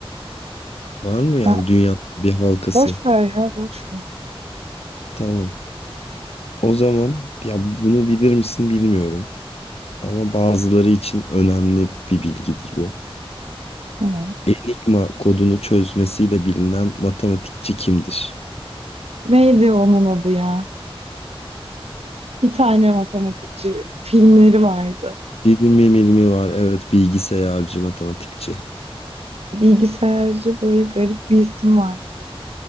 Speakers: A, on the left; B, on the right.
A: Var mı yani
B: Ya,
A: dünyanın bir halkası?
B: boş ver ya, boş ver.
A: Tamam. O zaman ya bunu bilir misin bilmiyorum ama bazıları için önemli bir bilgidir bu.
B: Tamam.
A: Enigma kodunu çözmesiyle bilinen matematikçi kimdir?
B: Neydi onun adı ya? Bir tane matematikçi filmleri vardı.
A: Hilmi Milmi var. Evet bilgisayarcı matematikçi.
B: Bilgisayarcı böyle garip bir isim vardı.